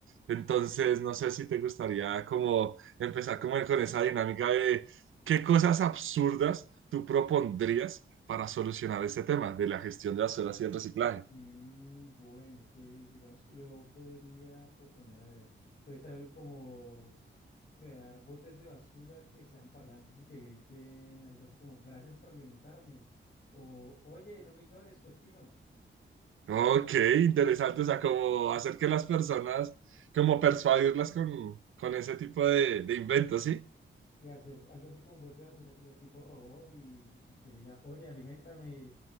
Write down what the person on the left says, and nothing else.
Mm, bueno, pues digamos que yo podría proponer, a ver, puede ser algo como crear botes de basura que sean parlantes y que griten algo así como gracias por alimentarme o oye, no me ignores, cochino.
Sí, hacer algo así como un bote de basura que sea tipo robot y, y que le diga, oye, aliméntame,